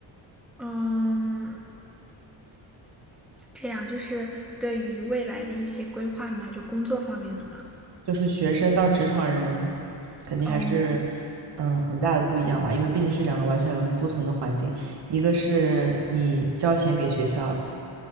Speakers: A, in the centre; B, on the right.
A: 嗯，这样就是对于未来的一些规划嘛，就工作方面的嘛。
B: 就是学生到职场人，肯定还是
A: 哦，
B: 嗯很大的不一样吧，因为毕竟是两个完全不同的环境，一个是你交钱给学校，